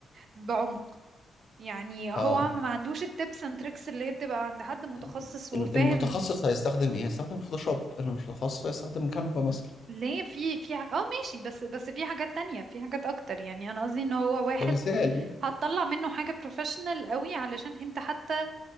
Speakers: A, on the right; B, on the left.
A: بعمق يعني هو
B: اه
A: ما عندوش التبس اند تريكس اللي هي بتبقى عند حد متخصص
B: يعني
A: وفاهم
B: ال- المتخصص هيستخدم ايه؟ هيستخدم فوتوشوب اللي مش متخصص هيستخدم كانفا
A: ب-
B: مثلا
A: ليه في في ح- اه ماشي بس بس في حاجات تانية في حاجات اكتر يعني انا قصدي ان هو واحد
B: كمثال
A: هتطلع منه حاجة بروفيشنال قوي علشان انت حتى